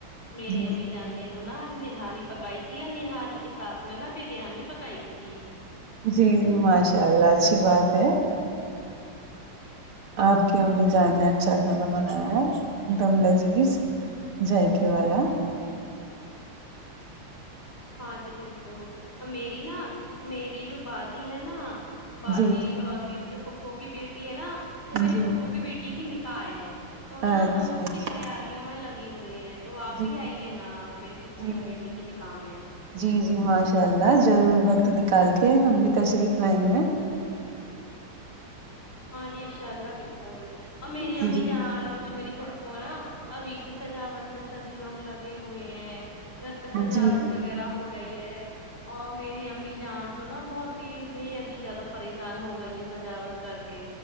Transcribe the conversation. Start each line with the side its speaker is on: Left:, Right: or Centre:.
Left: میری
Right: جی
Left: امی جان نے تو نہ آج نہاری پکائی تھی اور نہاری کے ساتھ میں نہ بریانی پکائی تھی
Right: جی جی ماشاء اللہ اچھی بات ہے آپ کی امی جان نے اچھا کھانا بنایا ہے ایک دم لذیذ زایقے والا
Left: ہاں جی بالکل میری نہ میری جو باجی ہے نہ باجی
Right: جی جی
Left: اور میری جو پھوپھو کی بیٹی ہے نا تو میری
Right: جی
Left: پھوپھو کی بیٹی کی نکاح ہے تو
Right: اچھا
Left: نہ ہم اس
Right: اچھا
Left: کی تیاریوں میں لگے ہوئے ہیں تو آپ
Right: جی
Left: بھی آئیے نا میری پھوپھو
Right: جی
Left: کی بیٹی کی نکاح میں
Right: جی جی ماشاء اللہ ضرور وقت نکال کے ہم بھی تشریف لائیںگے
Left: ہاں جی انشاء اللہ بالکل اور میری امی
Right: جی
Left: جان اور جو میری پھوپھو ہے نا ابھی سے سجاوٹ میں سبھی لوگ لگے ہوئے ہیں گھر پہ سجاوٹ
Right: جی
Left: وغیرہ ہو رہی ہے اور میری امی جان تو نہ بہت ہی بےحد ہی زیادہ پریشان ہو گئی ہیں سجاوٹ کر کے